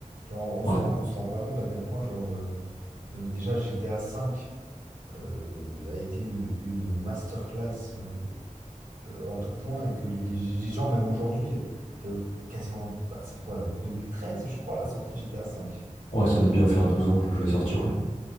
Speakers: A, on the right; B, on the left.
A: Genre, on
B: Ouais,
A: se rend, on se rend pas compte à quel point, genre, euh, euh, déjà GTA V euh, a été une, une masterclass euh, euh, en tout point et que les, les- les gens, même aujourd'hui, euh, que quasiment, bah, ça fait quoi, 2013 je crois, la sortie de GTA V?
B: ouais, ça doit bien faire 12 ans que le jeu est sorti, ouais.